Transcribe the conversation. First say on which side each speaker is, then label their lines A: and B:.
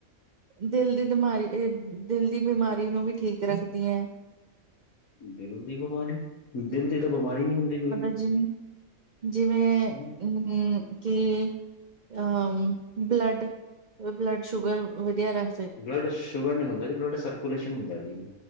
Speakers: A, on the right (about 60°); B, on the left (about 80°).
A: ਦਿਲ ਦੀ ਦਿਮਾਰੀ ਏ ਦਿਲ ਦੀ ਬਿਮਾਰੀ ਨੂੰ ਵੀ ਠੀਕ ਰੱਖਦੀ ਐ।
B: ਦਿਲ ਦੀ ਬਿਮਾਰੀ ਦਿਲ ਦੀ ਤਾਂ ਬਿਮਾਰੀ ਨੀ ਹੁੰਦੀ। ਕੋਈ
A: ਮਤਲਬ ਜਿਵ ਜਿਵੇਂ
B: ਹੂੰ
A: ਉਹੂੰ। ਕਿ ਅ ਬਲੱਡ ਬਲੱਡ ਸ਼ੂਗਰ ਵਧੀਆ ਰਾ
B: ਬਲੱਡ ਸ਼ੂਗਰ ਨੀ ਹੁੰਦਾ ਜੀ ਬਲੱਡ ਸਰਕੂਲੇਸ਼ਨ ਹੁੰਦਾ ਜੀ।